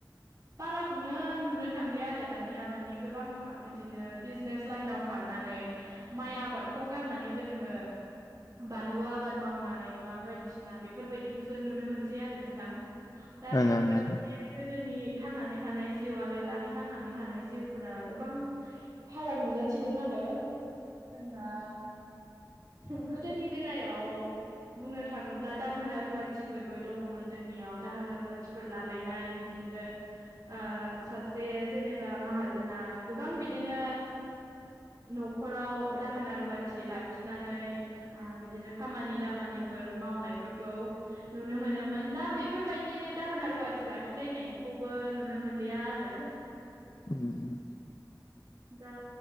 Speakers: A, on the right (about 40°); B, on the left (about 50°).
A: बाराखौनो नुनो थांलिया आरो दानिया माने गोबां ओ बिदिनो बिजनेस लाइनाव खारनानै माइ आबादखौ गारनानै जोङो बानलु आबाद मावनाय बा बायदिसिना बेफोर बायदिखौसो नुनो मोनसै आरो नोंथां।
B: ओं
A: दा बेफोरो
B: नोंथां
A: माने गोदोनि थांनानै थानाय जिउ आरो दानि थांनानै थानाय जिउफोरा गोबां फाराग नुजाथिदों आरो जोंना जों गोदोनि बेलायाव बुंनो थाङोब्ला दाहोना रुवाथिफोरबो दङ'मोन जोंनियाव दाहोना रुवाथिफोर लालायनाय बिदिनो ओ सासे जेनेबा माहाजोना गोबां बिदिनो न'खराव दाहोना रुवाथि लाखिनानै ओ बिदिनो खामानि दामानिफोर मावनायफोरखौ नुनो मोनोमोन दा बे बेफोर बायदि दाहोना रुवाथि लाखिलायनायखौबो नुनो मोनलिया आरो।
B: उम।
A: ओ दा